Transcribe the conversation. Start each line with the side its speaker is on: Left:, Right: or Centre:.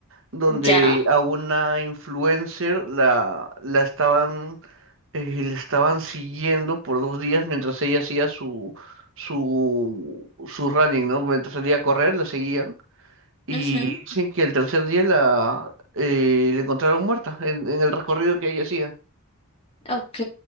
Right: donde
Left: ¿Ya?
Right: a una influencer la, la estaban eh, le estaban siguiendo por dos días mientras ella hacía su, su, su running, ¿no? Mientras salía a correr, la seguían. Y
Left: Ujú,
Right: dicen que el tercer día la, eh, la encontraron muerta en, en el recorrido que ella hacía.
Left: ok.